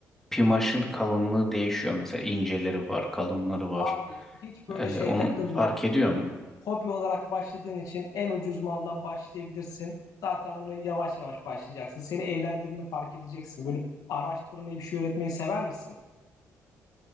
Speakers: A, in the centre; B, on the left.
A: pimaşın kalınlığı değişiyor. Mesela inceleri var, kalınları var.
B: Abi hiç böyle
A: Ee,
B: şey
A: onun
B: takılma.
A: fark ediyor mu?
B: Hobi olarak başladığın için en ucuz maldan başlayabilirsin. Zaten bunu yavaş yavaş başlayacaksın. Seni eğlendirdiğini fark edeceksin. Böyle araştırmayı, bir şey üretmeyi sever misin?